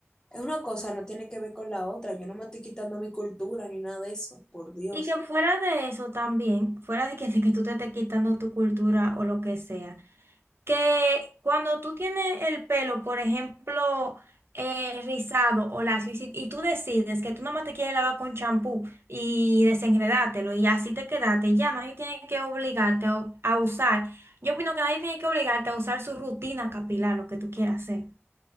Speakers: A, on the left; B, on the right.
A: es una cosa, no tiene que ver con la otra, yo no me estoy quitando mi cultura ni nada de eso, por Dios.
B: Y que fuera de eso también, fuera de que, de que tú te estés quitando tu cultura o lo que sea. que cuando tú tienes el pelo, por ejemplo, eh, rizado o lacio, y, si- y tú decides que tú nomás te quieres lavar con champú y desenredártelo y así te quedaste, ya nadie tiene que obligarte a, a usar. Yo opino que nadie tiene que obligarte a usar su rutina capilar, lo que tú quieras hacer.